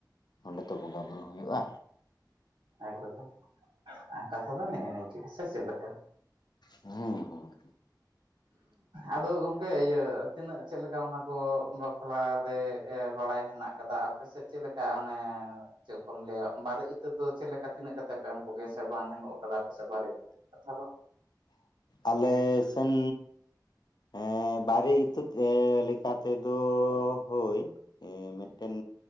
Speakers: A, on the left (about 65°); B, on the right (about 85°).
A: ᱚᱸᱰᱮ ᱛᱚ ᱵᱚᱸᱜᱟ ᱵᱩᱨᱩ ᱦᱩᱭᱩᱜᱼᱟ᱾
B: ᱮᱠᱵᱟᱨᱮ ᱠᱟᱛᱷᱟ ᱫᱚ ᱱᱮᱜ-ᱮ ᱱᱤᱝᱠᱟᱹᱜᱮ ᱥᱮ ᱪᱮᱫ ᱞᱮᱠᱟ?
A: ᱦᱩᱸ ᱦᱩᱸ᱾
B: ᱟᱫᱚ ᱜᱚᱢᱠᱮ ᱤᱭᱟᱹ ᱛᱤᱱᱟᱹᱜ ᱪᱮᱫ ᱞᱮᱠᱟ ᱚᱱᱟ ᱠᱚ ᱵᱟᱯᱞᱟ ᱨᱮ ᱮ ᱵᱟᱲᱟᱭ ᱦᱮᱱᱟᱜ ᱟᱠᱟᱫᱟ ᱟᱯᱮ ᱥᱮᱫ ᱪᱮᱫ ᱞᱮᱠᱟ ᱚᱱᱮ ᱪᱮᱫ ᱵᱚᱱ ᱞᱟᱹᱭᱟ ᱵᱟᱨᱮ ᱤᱛᱟᱹᱫ ᱫᱚ ᱪᱮᱫ ᱞᱮᱠᱟ ᱛᱤᱱᱟᱹᱜ ᱠᱟᱛᱮ ᱯᱮ ᱮᱢ ᱠᱚᱜᱮᱭᱟ ᱥᱮ ᱵᱟᱝ ᱮᱢᱚᱜ ᱠᱟᱫᱟ ᱟᱯᱮ ᱥᱮ ᱵᱟᱨᱮ ᱤᱛᱟᱹᱫ? ᱠᱟᱛᱷᱟ ᱫᱚ᱾
A: ᱟᱞᱮ ᱥᱮᱱ ᱮᱸ ᱵᱟᱨᱮ ᱤᱛᱟᱹᱫ ᱞᱮᱠᱟ ᱛᱮᱫᱚ ᱦᱳᱭ᱾ ᱮᱸ ᱢᱤᱫᱽᱴᱮᱱ